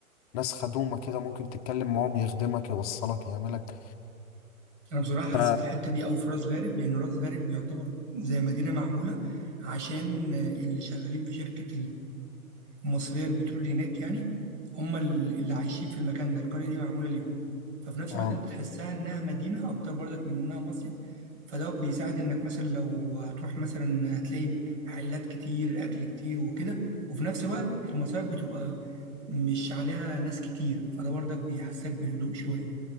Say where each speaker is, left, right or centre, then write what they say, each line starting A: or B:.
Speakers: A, on the left; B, on the right.
A: ناس خدومة كده ممكن تتكلم معاهم يخدمك يوصلك يعملك
B: أنا بصراحة حسيت
A: ف
B: الحتة دي أوي في راس غارب لأن راس غارب يعتبر زي مدينة معمولة عشان آه، اللي شغالين في شركة المصريه للبترول هناك يعني هم ال- اللي عايشين في المكان ده القريه دي معموله ليهم ففي نفس
A: اه
B: الوقت انت تحسها انها مدينه اكتر برضك من انها مصيف فده بيساعد انك مثلا لو هتروح مثلا هتلاقي محلات كتير اكل كتير وكده وفي نفس الوقت المصايف بتبقى مش عليها ناس كتير فده برضك بيحسسك بالهدوء شويه